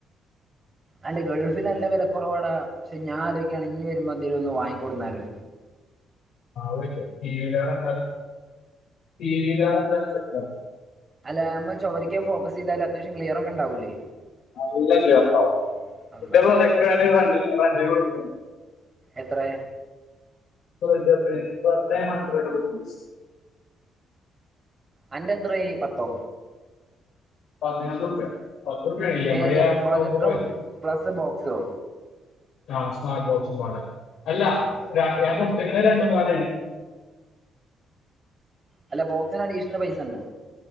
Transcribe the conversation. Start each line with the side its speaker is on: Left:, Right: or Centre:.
Right: അല്ല ഗൾഫിൽ നല്ല വില കെറവാടാ പക്ഷെ ഞാൻ ആലോചിക്കെയാണ് ഇനി വരുമ്പോ എന്തെങ്കലും ഒന്ന് വാങ്ങിക്കൊടു വന്നാലോ
Left: ആ <unintelligible> ടി വിയിലറെണ്ടാലും ടി വിയിലണ്ടാലും ആ
Right: അല്ല നമ്മ ചേവരിക്കക്ക് ഫോസ് ചെതാല് അത്യാവശ്യം ക്ലിയർ ഒക്കെ ഉണ്ടാവൂല്ലേ
Left: നല്ല ക്ലിയർണ്ടാവും
Right: അല്ല
Left: <unintelligible> ഇത് ബാന്റെയില് ഉറപ്പിക്കണം
Right: എത്രയ
Left: പെർ ഡേ പ്പണ പെർ ഡേ ഹഡ്രഡ് റൂപ്പീസ്
Right: അന്റെ എത്രയ് പത്തോ
Left: <unintelligible> ഇ എം
Right: ഏത്
Left: ഐ ആവുമ്പോ
Right: പ്രൊജക്ടറും പ്ലസ് ബോക്സോ
Left: റ്റാസ്മ ബോസും പാടെ അല്ല
Right: അങ്ങനെ
Left: ഞാൻ കൊടു ചങ്ങായി രണ്ടോ പോല
Right: അല്ല ബോക്സിന് അഡീഷണൽ പൈസ ഉണ്ടോ